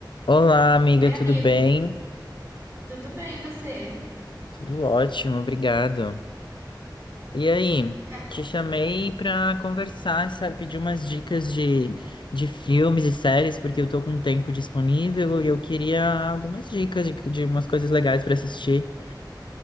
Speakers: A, on the left; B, on the right.
A: Olá, amiga,
B: Oi, amigo,
A: tudo bem?
B: tudo bem e você?
A: Tudo ótimo, obrigado. E aí,
B: Ca-
A: te chamei para conversar, sabe, pedir umas dicas de, de filmes e séries, porque eu tô com um tempo disponível e eu queria algumas dicas de, de umas coisas legais para assistir.